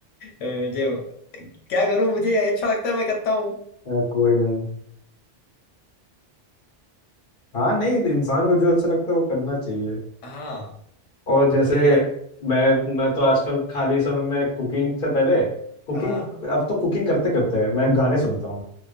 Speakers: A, on the left; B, on the left.
A: तो मुझे क्या करूं मुझे अच्छा लगता है मैं करता हूँ
B: आ, कोई नहीं हाँ नहीं इंसान को जो अच्छा लगता है वो करना चाहिए
A: हाँ
B: और जैसे
A: वही है
B: मैं मैं तो आजकल खाली समय में कुकिंग से पहले कुकिंग
A: हाँ
B: अब तो कुकिंग करते करते मैं गाने सुनता हूँ